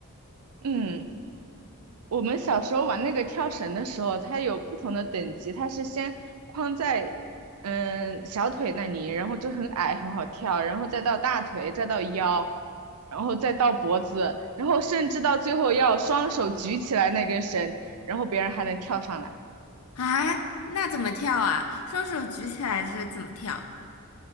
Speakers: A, on the right; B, on the left.
A: <laughs> 嗯。我们小时候玩那个跳绳的时候，它有不同的等级，它是先框在嗯小腿那里，然后就很矮，很好跳，然后再到大腿，再到腰，然后再到脖子，然后甚至到最后要双手举起来那根绳，然后别人还能跳上来。
B: 啊，那怎么跳啊？双手举起来这是怎么跳？